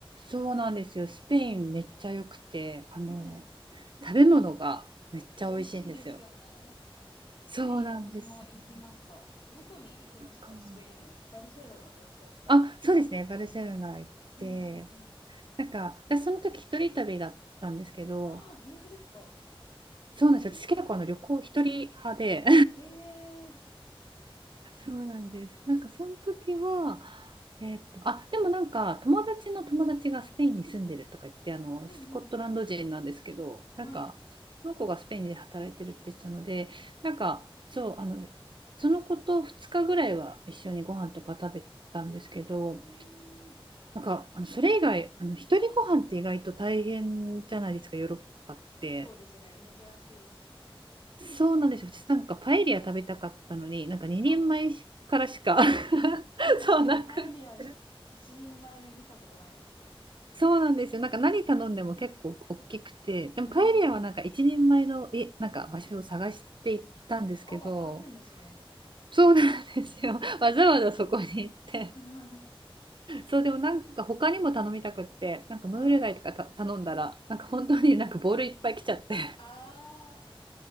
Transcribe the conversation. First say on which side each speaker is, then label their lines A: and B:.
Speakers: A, on the right; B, on the left.
A: そうなんですよ。スペインめっちゃ良くて、あの、
B: うん。
A: 食べ物がめっちゃ美味しいんですよ。
B: 美味しいですよね。
A: そうなんですよ。
B: ペイン、私も行きました。どこに行きましたスペインの。
A: か
B: バルセロナですか、やっぱり。
A: あ、そうですね。バルセロナ行って、
B: うんうんうん。
A: なんか、私その時一人旅だったんですけど、
B: ああ、本当ですか。
A: そうなんですよ。私結構あの旅行一人派で、
B: へえ。
A: そうなんです。なんかその時は、えーっと、あ、でもなんか友達の友達がスペインに住んでるとか言って、あの、
B: うんうんうん。
A: スコットランド人なんですけど、なんかその子がスペインで働いてるって言ってたので、
B: はい。
A: なんかそう、あの、その子と2日ぐらいは一緒にご飯とか食べたんですけど、
B: うーん。
A: なんかあのそれ以外、あの、一人ご飯って意外と大変じゃないですか、ヨーロッパって。
B: そうですね。珍しいですもんね。
A: そうなんですよ。私なんかパエリア食べたかったのに、なんか2人前からしか
B: あ、
A: <laughs>
B: <laughs> 確かにパエリアはひ一人前で見たことないですね。
A: そうなくってそうなんですよ。なんか何頼んでも結構大きくて、でもパエリアはなんか1人前の、
B: うーん。
A: え、なんか場所を探していったんですけど、
B: あ、あるんですね。
A: そうなんですよ。<laughs> わざわざそこに行って。
B: <laughs>
A: そう、でもなんか他にも頼みたくって、なんかムール貝とかた頼んだら、
B: はい。
A: なんか本当になんかボールいっぱい来ちゃって、
B: あ